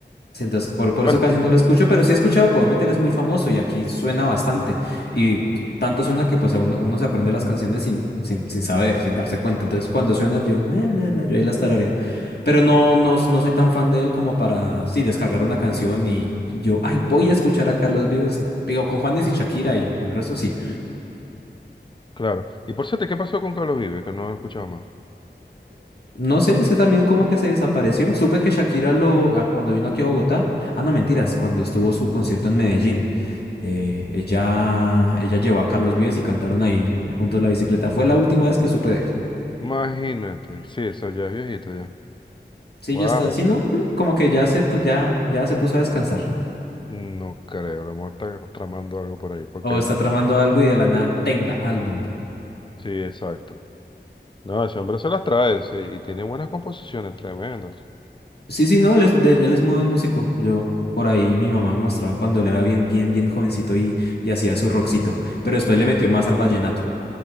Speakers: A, on the left (about 60°); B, on the left (about 25°).
A: Sí, entonces, por, por
B: Bueno,
A: eso casi no lo escucho, pero sí he escuchado, pues, obviamente él es muy famoso y aquí suena bastante. Y tanto suena que pues a uno, uno se aprende las canciones sin, sin, sin saber, sin darse cuenta. Entonces, cuando suena yo, "Eh, la, la", yo ahí las tarareo. Pero no, no, no soy tan fan de él como para, sí, descargar una canción y yo, ay, voy a escuchar a Carlos Vives, no. Digo, con Juanes y Shakira y el resto sí.
B: claro. Y por cierto, ¿qué pasó con Carlos Vives? Que no he escuchado más.
A: No sé, ese también como que se desapareció. Supe que Shakira lo, a- cuando vino aquí a Bogotá, ah, no, mentiras, cuando estuvo su concierto en Medellín, eh, ella, ella llevó a Carlos Vives y cantaron ahí juntos la bicicleta. Fue la última vez que supe de él.
B: Imagínate. Sí, eso ya es viejito ya.
A: Sí,
B: Wow.
A: ya está. Sí, no, mm, como que ya se, to- ya, ya se puso a descansar.
B: No creo, la muerte está tramando algo por ahí, porque
A: O está tramando algo y de la nada tenga álbum.
B: sí, exacto. No, ese hombre se las trae, sí, y tiene buenas composiciones, tremendas.
A: Sí, sí, no, él es, de- él es muy buen músico. Yo, por ahí, mi mamá me mostraba cuando él era bien, bien, bien jovencito y, y hacía su rockcito. Pero después le metió más al vallenato.